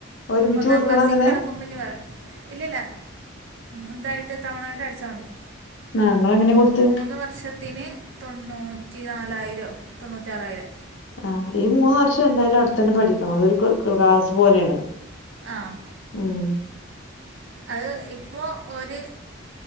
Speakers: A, on the left (about 65°); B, on the right (about 65°).
A: ഒരുമിച്ച്
B: ഒന്നാം
A: കൊടുക്കണ
B: ക്ലാസ്സിക്കെടക്കുമ്പ്ഞ്ഞ്
A: അങ്ങനെ
B: വേറെ ഇല്ല്ല്ല ഉംന്തായ് ഒറ്റ തവണായ്ട്ടടച്ചാ മതി
A: ആ ഇങ്ങളെങ്ങനെ കൊടുത്ത്
B: മൂന്ന് വർഷത്ത്ന് തൊണ്ണൂറ്റിനാലായ്രൊ തൊണ്ണൂറ്റാറായ്രം
A: ആഹ് ഈ മൂന്ന് വർഷംന്തായാലും അവ്ട്ത്തന്നെ പഠിക്കണം അതൊര് ക് ക് ക്ലാസ് പോലെയാണ്
B: ആഹ്
A: ഉം
B: അത് ഇപ്പോ ഒര്